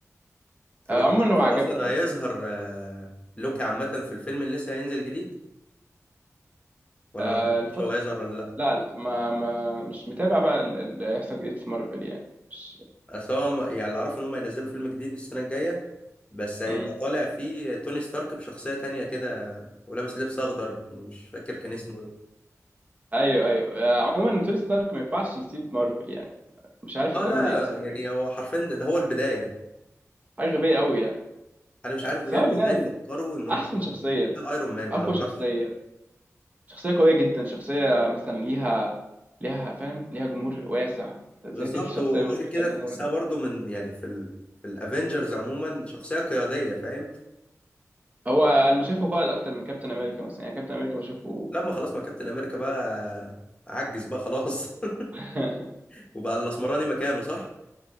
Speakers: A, on the left; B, on the right.
A: طب
B: آه،
A: انت
B: عموما
A: تعرف
B: هو عجبني
A: هو اصلا
B: يعني
A: هيظهر آه، لوكي عامة في الفيلم اللي لسه هينزل جديد ولا
B: آه،
A: ما تعرفش
B: الفتره
A: هو هيظهر ولا لا
B: لا لا ما ما مش متابع بقى ال- اللي هيحصل جديد في مارفل يعني مش
A: اصل هو م- يعني اللي اعرفه ان هم هينزلوا فيلم جديد السنه الجايه بس هيبقى
B: مم.
A: طالع فيه توني ستارك بشخصيه تانية كده ولابس لبس اخضر مش فاكر كان اسمه ايه
B: ايوه ايوه آه، عموما توني ستارك ما ينفعش يسيب مارفل يعني مش عارف
A: اه
B: قتلوه
A: لا
B: ليه اصلا
A: يعني
B: حاجه
A: هو حرفيا ده, ده هو البدايه
B: حاجة غبيه قوي يعني
A: انا مش عارف
B: سواء
A: بجد
B: ده
A: ازاي فكروا ان هم
B: احسن
A: يعني
B: شخصيه
A: يبقى ايرون مان
B: اقوى
A: انا ما
B: شخصيه
A: اعرفش
B: شخصية قوية جدا شخصية مثلا ليها ليها فاهم ليها جمهور واسع انت ازاي
A: بالظبط
B: تقتل شخصية
A: وغير
B: ليها
A: كده تحسها
B: جمهور ده
A: برضو من يعني في ال... في الافنجرز عموما شخصيه قياديه فاهم
B: هو انا مش شايفه قائد اكتر من كابتن امريكا مثلا يعني كابتن امريكا بشوفه
A: لما خلاص ما كابتن امريكا بقى عجز بقى خلاص
B: <laughs>
A: <laughs> وبقى الاسمراني مكانه صح